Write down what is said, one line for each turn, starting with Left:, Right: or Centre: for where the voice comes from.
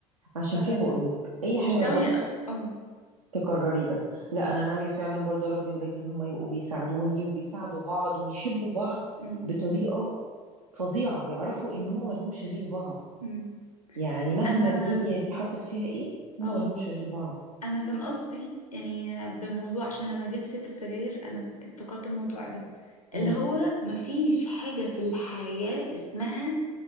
Right: عشان
Left: فمش
Right: كده بقول لك اي حاجه غلط
Left: ناويه اه أه.
Right: تكرري ده لا انا ناويه فعلا برضه اربي ولادي ان هم يبقوا بيساعدوني وبيساعدوا بعض ويحبوا بعض
Left: م- م-
Right: بطريقه فظيعه يعرفوا ان هم ملهمش غير بعض
Left: م.
Right: يعني مهما
Left: انا
Right: الدنيا دي حصل فيها ايه هم
Left: اه
Right: ملهمش غير بعض
Left: انا كان قصدي يعني بموضوع عشان لما جبت سيرة السجاير انا افتكرت الموضوع ده
Right: مم.
Left: اللي هو مفيش حاجة في الحياة اسمها